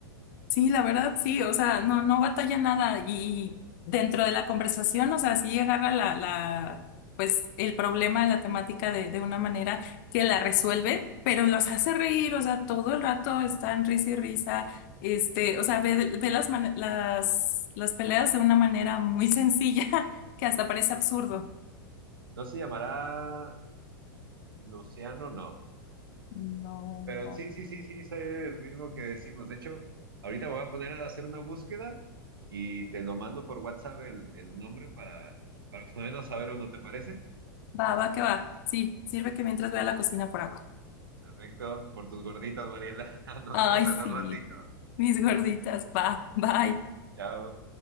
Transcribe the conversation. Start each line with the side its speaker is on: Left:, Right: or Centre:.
Left: Sí, la verdad, sí, o sea, no, no batalla nada y dentro de la conversación, o sea, sí agarra la, la, pues el problema, la temática de, de una manera que la resuelve, pero los hace reír, o sea, todo el rato están risa y risa, este, o sea, ve, ve las, mane- las, las peleas de una manera muy sencilla <laughs> que hasta parece absurdo.
Right: No se llamará Luciano, no.
Left: No.
Right: Pero sí, sí, sí, sí, es el mismo que decimos. De hecho, ahorita voy a poner a hacer una búsqueda y te lo mando por WhatsApp el, el nombre para, para podernos saber uno, ¿te parece?
Left: Va, va, que va. Sí, sirve que mientras voy a la cocina por agua.
Right: Perfecto, por tus gorditas, Mariela. <laughs> Nos
Left: Ay,
Right: vemos en
Left: sí,
Right: un ratito.
Left: mis gorditas, va, bye.
Right: Chao.